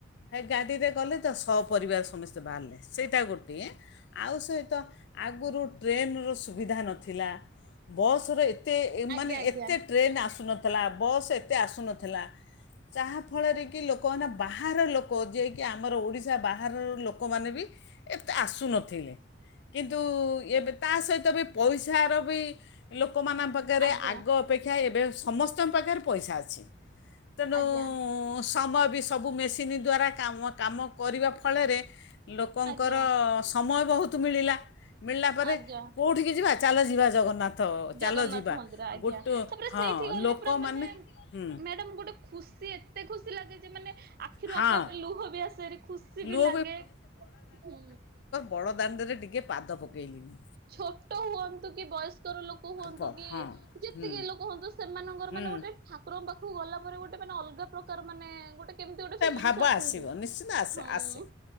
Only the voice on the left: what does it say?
ଭାଇ ଗାଡ଼ିରେ ଗଲେ ତ ସ ପରିବାର ସମସ୍ତେ ବାହାରିଲେ ସେଇଟା ଗୋଟିଏ। ଆଉ ସହିତ ଆଗରୁ ଟ୍ରେନ ର ସୁବିଧା ନଥିଲା। ବସର ଏତେ
ମାନେ ଏତେ ଟ୍ରେନ୍ ଆସୁନ ଥିଲା ବସ ଏତେ ଆସୁନଥିଲା, ଯାହା ଫଳରେ କି କି ଲୋକମାନେ ବାହାର ଲୋକ, ଯିଏକି ଆମର ଓଡ଼ିଶା ବାହାରର ଲୋକମାନେ ବି ଏତେ ଆସୁନଥିଲେ, କିନ୍ତୁ ଏବେ ତା ସହିତ ବି ପଇସାର ବି ଲୋକମାନଙ୍କ ପାଖରେ
ଆଗ ଅପେକ୍ଷା ଏବେ ସମସ୍ତଙ୍କ ପାଖରେ ପଇସା ଅଛି। ତେଣୁ
ସମୟ ବି ସବୁ ମେସିନ୍ ଦ୍ଵାରା କାମ କାମ କରିବା ଫଳରେ ଲୋକଙ୍କର
ସମୟ ବହୁତ ମିଳିଲା। ମିଳିଲା ପରେ
କୋଉଠିକି ଯିବା, ଚାଲ ଯିବା ଜଗନ୍ନାଥ
ଚାଲ ଯିବା
ଗୋଟେ
ହଁ
ଲୋକମାନେ
ହୁଁ
ହଁ
ଲୁହ
ବଡ଼ଦାଣ୍ଡରେ ଟିକେ ପାଦ ପକେଇଲି ମୁଁ।
ହଁ
ହୁଁ
ହୁଁ
ଭାବ
ଆସିବ
ନିଶ୍ଚିନ୍ତ ଆସେ
ଆସେ